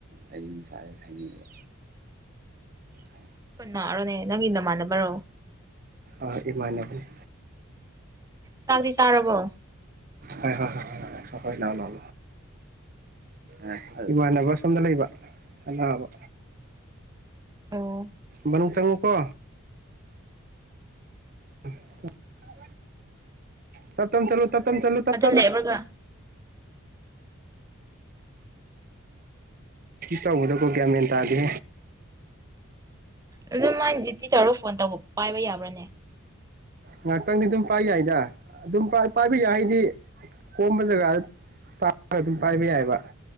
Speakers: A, on the right; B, on the right.
A: ꯑꯩ ꯅꯨꯡꯁꯥꯏ ꯍꯥꯏꯅꯤꯡꯉꯤꯕ ꯑ
B: ꯀꯟꯅꯔꯣꯅꯦ ꯅꯪꯒꯤ ꯅꯃꯥꯟꯅꯕꯔꯣ
A: ꯑ ꯏꯃꯥꯟꯅꯦꯕꯅꯦ
B: ꯆꯥꯛꯗꯤ ꯁꯥꯥꯔꯔꯕꯣ
A: ꯍꯣꯏ ꯍꯣꯏ ꯍꯣꯏ ꯍꯣꯏ ꯂꯥꯛꯑꯣ ꯂꯥꯛꯑꯣ ꯂꯥꯛꯑꯣ ꯏꯃꯥꯟꯅꯕ ꯑꯁꯣꯝꯗ ꯂꯩꯕ ꯑꯅꯥꯕ
B: ꯑꯣ
A: ꯅ ꯆꯪꯉꯨꯀꯣ <unintelligible> ꯁꯞꯇꯝ ꯆꯂꯣ ꯇꯠꯇ ꯆꯂꯨ ꯇꯠꯇ
B: ꯑꯗꯨ ꯂꯦꯞꯔꯒ
A: ꯗ ꯇ ꯎꯗ ꯀꯣ ꯀꯌꯥ ꯃꯦꯟꯦꯟ ꯇꯗꯦ
B: ꯑꯗꯨ ꯃꯥꯥꯏꯅꯗꯤ ꯇꯤ ꯇꯧꯔꯒ ꯐꯣꯟ ꯇꯧꯕ ꯄꯥꯏꯕ ꯌꯥꯕ꯭ꯔꯅꯦ
A: ꯉꯥꯏꯍꯥꯛꯇꯪꯗꯤ ꯑꯗꯨꯝ ꯄꯥꯏꯕ ꯌꯥꯏꯗ ꯑꯗꯨꯝ ꯄꯥꯏꯕ ꯌꯥꯏ ꯍꯥꯏꯗꯤ ꯀꯣꯝꯕ ꯖꯒꯥꯗ ꯇꯥꯒ ꯑꯗꯨꯝ ꯄꯥꯏꯕ ꯌꯥꯏꯕꯗꯤ